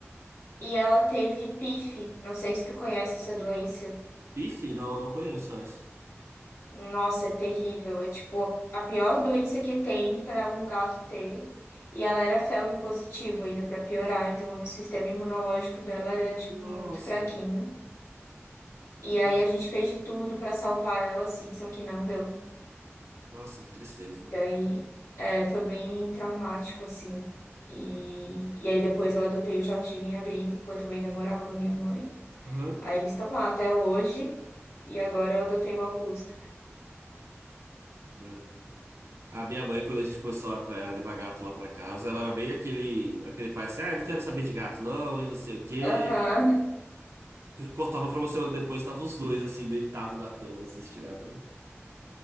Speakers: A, on the left; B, on the right.
A: e ela teve pife. Não sei se tu conhece essa doença.
B: Bife? Não, não conheço essa.
A: Nossa, é terrível. É tipo a pior doença que tem para um gato ter. E ela era felve positivo ainda para piorar, então o sistema imunológico dela era tipo,
B: Nossa.
A: muito fraquinho. E aí
B: Ai,
A: a gente fez de tudo para salvar ela, assim, só que não deu.
B: nossa, que tristeza.
A: Daí é, foi bem traumático, assim. E, e aí depois eu adotei o Jorginho e a Brita enquanto eu ainda morava com a minha mãe.
B: Aham.
A: Aí eles estão lá até hoje. E agora eu adotei o Augusto.
B: É. A minha mãe, quando a gente começou a tra- a levar gato lá pra casa, ela era bem aquele, aquele pai assim, ah, eu não quero saber de gato não, e não sei o quê.
A: Aham,
B: Cortava pra uma semana depois, estavam os dois assim, deitados na cama, assim, estiradão.